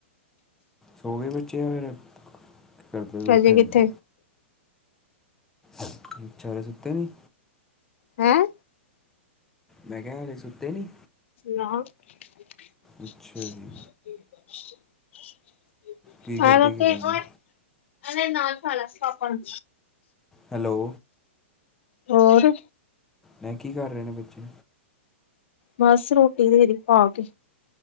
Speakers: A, in the centre; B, on the left (about 65°).
A: ਸੋਗੇ ਬੱਚੇ ਫਿਰ ਕਰਦੇ ਉੱਠੇ
B: ਹਜੇ
A: ਵੇ ਨੇ।
B: ਕਿੱਥੇ
A: ਅੱਛਾ ਹਲੇ ਸੁਤੇ ਨੀ।
B: ਹੈਂ?
A: ਮੈਂ ਕਿਆ ਹਜੇ ਸੁੱਤੇ ਨੀ।
B: ਨਾ। <unintelligible>
A: ਅੱਛਾ ਜੀ ਕੀ ਕਰਦੇ
B: ਆ
A: ਕੀ ਪਏ ਨੇ
B: ਲੈ ਨਾਲ ਖਾਲੈ ਪਾਪਾ ਨਾਲ
A: ਹੈਲੋ।
B: ਹੋਰ?
A: ਮੈਂ ਕੀ ਕਰ ਰੇ ਨੇ ਬੱਚੇ?
B: ਬਸ ਰੋਟੀ ਦੇਰੀ ਪਾ ਕੇ।